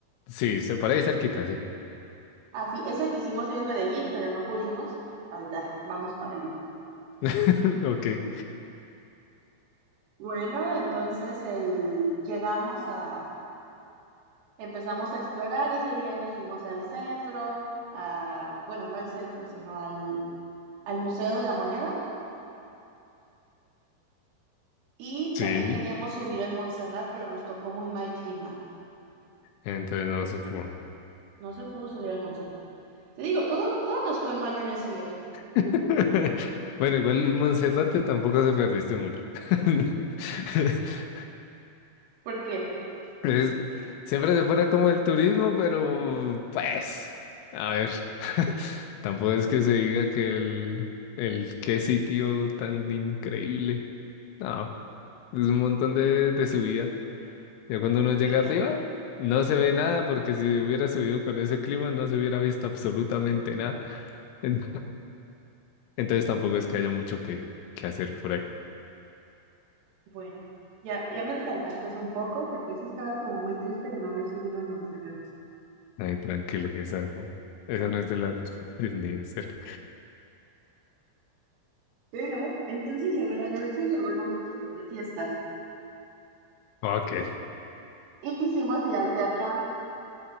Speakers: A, on the left; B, on the right.
A: Sí, se para ahí cerquita, sí.
B: Ah, sí, ese quisimos ir en Medellín, pero no pudimos. Ahorita vamos para allá.
A: <laughs> Ok.
B: Bueno, entonces el, llegamos a, empezamos a explorar. y Ese día nos fuimos al centro, a, bueno, no al centro, sino al, al Museo de la Moneda. Y
A: Sí,
B: también queríamos subir al Montserrat, pero nos tocó muy mal clima.
A: entonces no se pudo.
B: No se pudo subir al Montserrat. Te digo, todo, todo nos fue mal en ese viaje.
A: <laughs> Bueno, igual el Monserrate tampoco se perdiste mucho. <laughs>
B: ¿Por qué?
A: Es- siempre se pone como el turismo, pero pues, a ver, <laughs> tampoco es que se diga que el, el qué sitio tan increíble. No, es un montón de, de subida. Ya cuando uno llega
B: Y ya,
A: arriba, no se ve nada porque si hubiera subido con ese clima no se hubiera visto absolutamente nada. <laughs> En- Entonces tampoco es que haya mucho que, que hacer por ahí.
B: bueno, ya, ya me calmaste un poco porque sí estaba como muy triste de no haber subido al Montserrat.
A: Ay, tranquilo, que esa no, esa no es de las <laughs> Disney de cerca.
B: Pero entonces llegó la noche y llegó el momento de ir de fiesta.
A: Ok,
B: Y quisimos ir al teatrón.